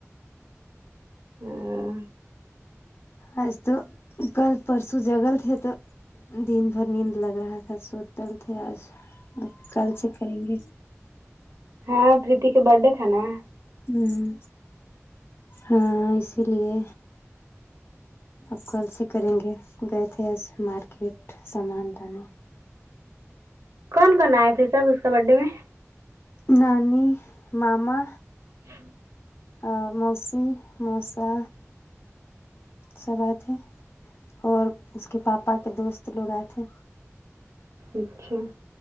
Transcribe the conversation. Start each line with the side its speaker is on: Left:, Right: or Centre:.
Right: ہمم
Left: ایس تو کل پرسوں جگل تھے تو دن بھر نیند لگ رہا تھا سوتل تھے آج کل سے کریں گے
Right: ہاں پرریتی کے برتھ ڈے تھا نا
Left: ہمم ہاں اسی لیے اب کل سے کریں گے گئے تھے ایس مارکیٹ سامان لا نے
Right: کون کون آئے تھے سب اس کا برتھ ڈے میں
Left: نانی ماما
Right: ہ
Left: آ موسیی موسا سب آئے تھے اور اس کے پاپا کے دوست لوگ آئے تھے
Right: اچھا